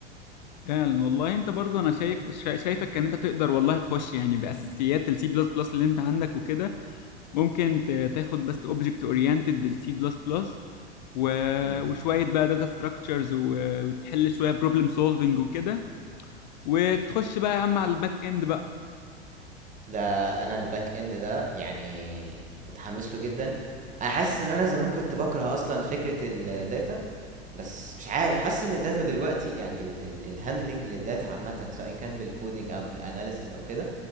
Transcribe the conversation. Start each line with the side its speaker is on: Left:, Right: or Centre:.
Left: فعلا والله انت برضو انا شايف شا- شايفك ان انت تقدر والله تخش يعني باساسيات السي بلس بلس اللي انت عندك وكده ممكن ت- تاخد بس اوبجكت اورينتد بالسي بلس بلس وشويه
Right: مم.
Left: بقى داتا ستراكشرز وتحل شويه بروبلم سولفنج وكده وتخش بقى يا عم على الباك اند بقى
Right: ده انا الباك اند ده يعني متحمس له جدا انا حاسس ان انا زمان كنت بكره اصلا فكرة الداتا بس مش عارف حاسس ان الداتا دلوقتي يعني الهاندلنج للداتا عامة سواء كان بالكودينج او بالاناليسز او كده